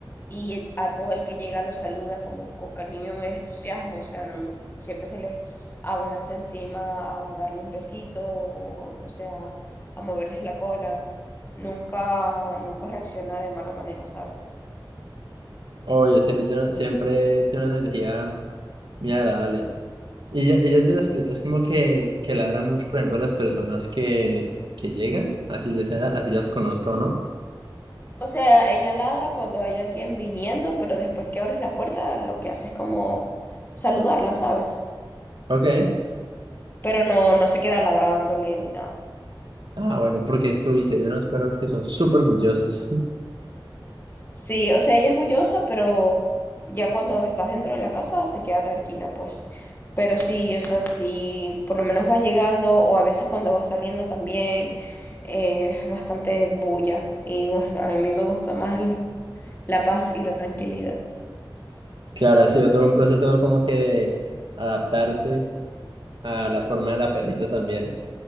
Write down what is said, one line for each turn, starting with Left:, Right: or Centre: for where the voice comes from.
Left: Y a todo el que llega lo saluda con, con cariño y entusiasmo. O sea, no, siempre se les abalanza encima a darle un besito, o no sé, a, a moverles la cola. Nunca, nunca reacciona de mala manera, ¿sabes?
Right: Oye, siempre tiene, siempre tiene una energía muy agradable. Y ella, ella es de las perritas como que, que ladra mucho, por ejemplo, a las personas que, que llegan, así les ara- así las conozca o no.
Left: O sea, ella ladra cuando hay alguien viniendo, pero después que abres la puerta, lo que hace es como saludarla, ¿sabes?
Right: Ok.
Left: Pero no, no se queda ladrándole ni nada.
Right: Ah, bueno, porque es que, uy, serían unos perros que son súper bullosos. <laughs>
Left: Sí, o sea, ella es bullosa, pero ya cuando estás dentro de la casa se queda tranquila, pues. Pero sí, o sea, sí, por lo menos vas llegando, o a veces cuando vas saliendo también, eh, es bastante bulla. Y bueno, a mí me gusta más lo- la paz y la tranquilidad.
Right: Claro, ha sido todo un proceso como que de adaptarse a la forma de la perrita también.